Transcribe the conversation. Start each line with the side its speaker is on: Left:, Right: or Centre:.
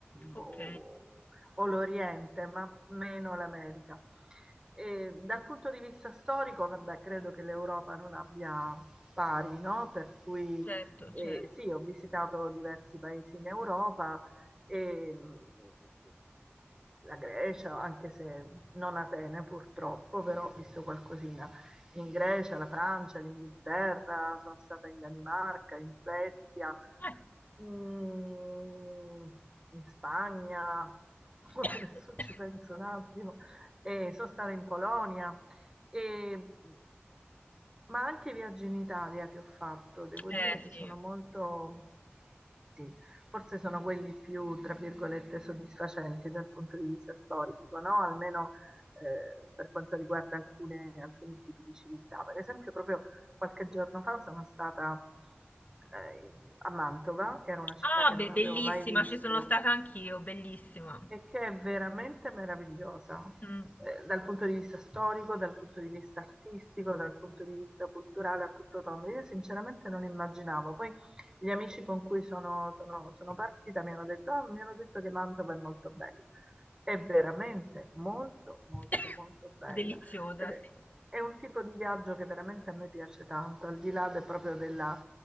Left: ok,
Right: o- o l'Oriente, ma meno l'America. E dal punto di vista storico, vabbè, credo che l'Europa non abbia pari, no? Per cui
Left: certo,
Right: eh,
Left: certo.
Right: sì, ho visitato diversi paesi in Europa, e, mh, la Grecia, anche se non Atene purtroppo, però ho visto qualcosina in Grecia, la Francia, l'Inghilterra, sono stata in Danimarca, in Svezia,
Left: Eh,
Right: mm, in Spagna, <laughs>
Left: <coughs>
Right: adesso ci penso un attimo, e sono stata in Polonia, e- ma anche i viaggi in Italia che ho fatto, devo
Left: Eh,
Right: dire che
Left: sì.
Right: sono molto, sì, forse sono quelli più, tra virgolette, soddisfacenti dal punto di vista storico, no? Almeno eh, per quanto riguarda alcune- alcuni tipi di civiltà. Per esempio, proprio qualche giorno fa sono stata eh, a Mantova, che era una città
Left: Ah,
Right: che non
Left: beh,
Right: avevo
Left: bellissima,
Right: mai visto
Left: ci sono stata anch'io, bellissima.
Right: e che è veramente meravigliosa, eh,
Left: Mm.
Right: dal punto di vista storico, dal punto di vista artistico, dal punto di vista culturale a tutto tondo. Io sinceramente non immaginavo. Poi gli amici con cui sono, sono- sono partita mi hanno detto, "Ah, mi hanno detto che Mantova è molto bella. È veramente molto, molto,
Left: <coughs>
Right: molto bella.
Left: Deliziosa,
Right: Ed è,
Left: sì.
Right: è un tipo di viaggio che veramente a me piace tanto, al di là del- proprio della...